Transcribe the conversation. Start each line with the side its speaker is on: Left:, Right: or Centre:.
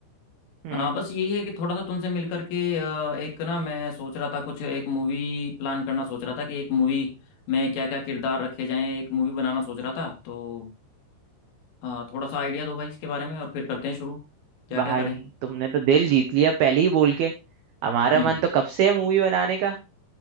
Right: हम्म
Left: हाँ बस यही है कि थोड़ा सा तुमसे मिल करके अ, एक ना मैं सोच रहा था कुछ एक मूवी प्लान करना सोच रहा था कि एक मूवी में क्या क्या किरदार रखे जाएं एक मूवी बनाना सोच रहा था तो हाँ थोड़ा सा आइडिया दो भाई इसके बारे में और फिर करते हैं शुरू क्या
Right: भाई
Left: क्या करें
Right: तुमने तो दिल जीत लिया पहले ही बोल के हमारा
Left: हम्म
Right: मन तो कब से है मूवी बनाने का